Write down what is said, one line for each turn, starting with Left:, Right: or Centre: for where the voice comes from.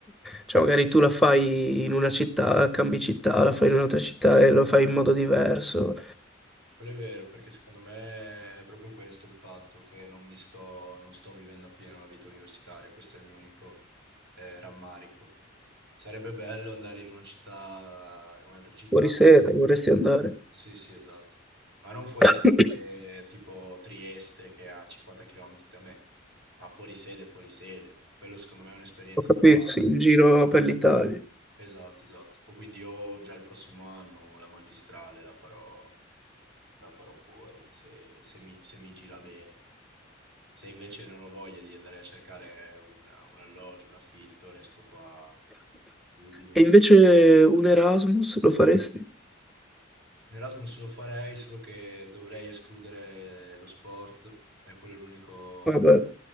Centre: Cioè, magari tu la fai in una città, cambi città, la fai in un'altra città e lo fai in modo diverso.
Right: Quello è vero, perché secondo me è proprio questo il fatto che non mi sto, non sto vivendo appieno la vita universitaria, questo è il mio unico eh, rammarico. Sarebbe bello andare in una città, in un'altra città.
Centre: Fuori sede, vorresti andare.
Right: Sì, sì, esatto. Ma non fuori
Centre: <coughs>
Right: sede tipo Trieste che è a 50 km da me, ma fuori sede, fuori sede. Quello secondo me è un'esperienza
Centre: Ho capito,
Right: da fare.
Centre: sì, in giro per l'Italia.
Right: Esatto, esatto. O quindi o già il prossimo anno la magistrale la farò, la farò fuori, se, se mi, se mi gira bene. Se invece non ho voglia di andare a cercare un, un alloggio, un affitto, resto qua a Udine
Centre: E invece un Erasmus lo faresti?
Right: L'Erasmus lo farei, solo che dovrei escludere lo sport, e quello è l'unico
Centre: Vabbè,